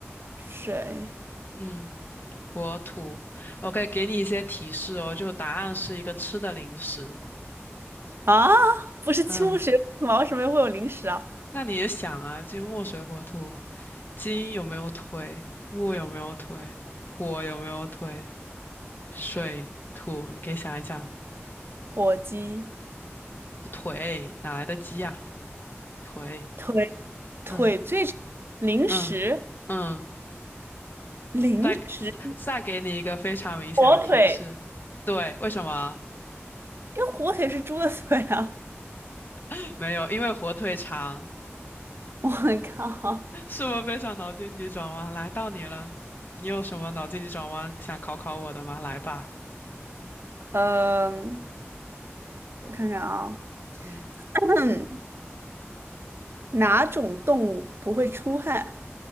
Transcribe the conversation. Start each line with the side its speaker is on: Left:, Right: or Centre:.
Right: 水
Left: 嗯，火土。OK，给你一些提示哦，就答案是一个吃的零食。
Right: 啊，不是金木水火土吗？
Left: 嗯。
Right: 为什么会有零食啊？
Left: 那你也想啊，金木水火土，金有没有腿？木有没有腿？火有没有腿？水、土，你可以想一想，
Right: 火鸡
Left: 腿哪来的鸡呀、腿，
Right: 腿腿最长，
Left: 嗯
Right: 零食
Left: 嗯嗯，
Right: 零食，
Left: 再再给你一个非常明显的提示，
Right: 火腿，
Left: 对，为什么？
Right: 因为火腿是猪的腿啊！
Left: <laughs> 没有，因为火腿肠，
Right: <laughs> 我靠，
Left: 是不是非常脑筋急转弯？来到你了，你有什么脑筋急转弯想考考我的吗？来吧，
Right: 嗯、我看看啊，
Left: 嗯
Right: <clears throat> 哪种动物不会出汗